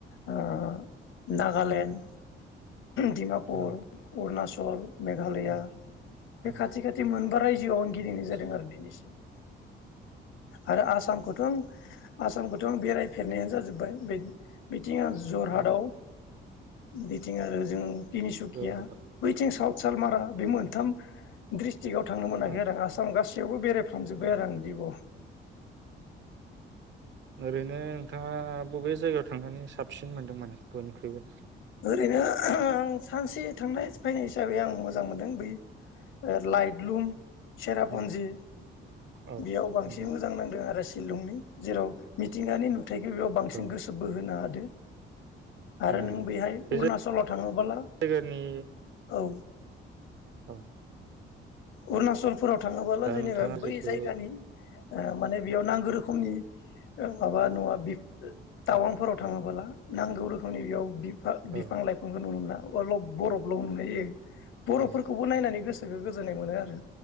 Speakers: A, on the left; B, on the right.
A: ओ नागालेण्ड दिमापुर
B: औ
A: अरुणाच ल मेघालया
B: औ
A: बे
B: औ
A: खाथि खाथि बे मोनबा रायजोआव आं गिदिंनाय
B: आदसा
A: जादों आरो दिनैसिम । आरो आसाम खौथ' आं आसामखौथ' आं बेरायफेरनायानो जाजोबबाय बे-बै थिं आं जरहादाव
B: औ
A: बिथिं आरो जों तिनिसुकिया
B: जरहाटआव
A: बैथिं साव सालमारा बे मोनथाम सिरिकआव थांनो मोनाखै
B: औ
A: आरो आसाम गासि जेवबो बेराय खांजोबबाय
B: औ
A: आरो आंदिब औ
B: ओरैनो नोंथाङा बबे जायगायाव थांनानै साबसिन मोनदों माने बयनिख्रुइबो
A: ओरैनो आं सानसे थांनाय फैनाय हिसाबै आं मोजां मोनदों बै लाइट लुम सेरापुन्जि
B: औ औ
A: बेयाव बांसिन
B: नंगौ
A: मोजां नांदों आरो सिलंनि जेराव मिथिंगानि नु थायखौ बेयाव बांसिन
B: औ
A: गोसो बोहोनो हादों <inaudible> आरो
B: ओ
A: नों बैहाय अरुणाचलाव
B: बे
A: थाङोबोला
B: जायगानि
A: औ
B: औ
A: अरुणाचल फोराव थाङोबला
B: दा
A: जेनेबा
B: नोंथाङा
A: बै
B: जिथु
A: जायगानि माने बेयाव नांगौ रोखोमनि माबा नङा टावांफोराव
B: औ
A: थाङोबोला नांगौ रोखोमनि बेयाव बिफा -बिफां
B: औ
A: लाइफांखौ नुनो मोना अलप बरफल' हमनाय जायो बर'फोरखौबो
B: औ
A: नायनानै गोसो जों गोजोननाय मोनो आरो